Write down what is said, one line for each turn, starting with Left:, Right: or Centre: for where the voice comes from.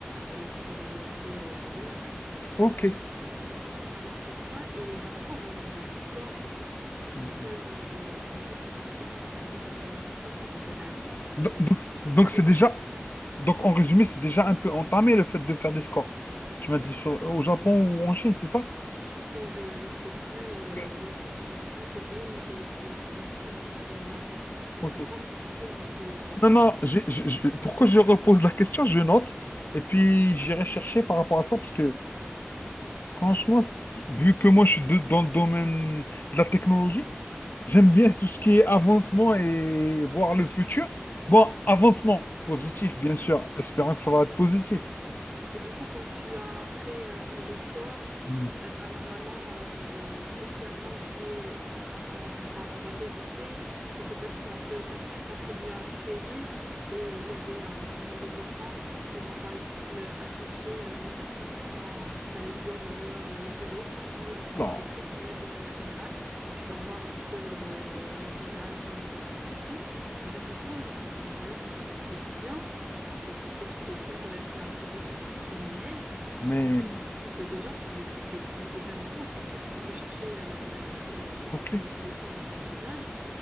Right: euh, lorsqu'il y a le feu euh, rouge.
Left: ok.
Right: Et j'ai l'impression qu'on va être condamné sur ça et j'ai l'impression qu'on va avoir des scores parce
Left: Donc,
Right: que euh, une ville connectée, ça c'est très bien, ça va nous faciliter la vie,
Left: donc,
Right: mais
Left: donc
Right: la
Left: c'est
Right: vérité,
Left: déjà Donc, en résumé, c'est déjà un peu entamé le fait de faire des scores. Tu m'as dit sur- au Japon ou en Chine, c'est ça?
Right: Oui, je, je sais plus, euh,
Left: Ok.
Right: oui, je sais plus quel pays, mais ça doit être, euh, il me, il me semble, le Japon. Je
Left: Ok.
Right: ne vais pas me tromper, mais c'est, euh, ouais,
Left: Non, non,
Right: ouais.
Left: j'ai- j'ai- j'ai- pourquoi je repose la question, je note, et puis j'irai chercher par rapport à ça, parce que franchement, si- vu que moi je suis de- dans le domaine de la technologie, j'aime bien tout ce qui est avancement et voir
Right: Ouais.
Left: le futur. Bon, avancement positif, bien sûr, espérant que ça va être positif.
Right: Et du coup, quand tu as un très euh, mauvais score,
Left: Mm.
Right: euh, ben, normalement, euh, socialement, tu es, enfin, on va, on va t'éviter. Je ne sais pas si on peut t'att- t'attribuer un crédit. Et il y a des, euh, il y a des écrans qui vont, par exemple, afficher euh, les personnes qui sont, enfin, les violeurs, euh, les pédophiles,
Left: Voilà.
Right: les criminels de manière générale. Donc, tu vas voir un petit peu leur, euh, leur visage dans les écrans et tout. Et j'ai l'impression, enfin, voilà, c'est comme ça, c'est bien. Je trouve que c'est bien d'avertir un petit peu sur ces criminels
Left: Mais,
Right: parce que ça existe déjà sur des sites de- du gouvernement. Tu sais, si tu peux chercher euh, la liste euh, des
Left: ok.
Right: criminels et tout avec leur visage.